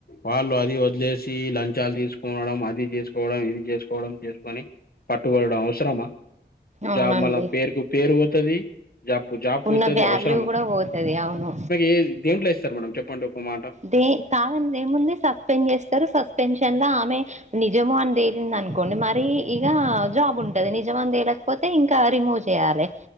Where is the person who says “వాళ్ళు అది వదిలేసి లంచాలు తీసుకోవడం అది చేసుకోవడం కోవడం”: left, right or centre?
Left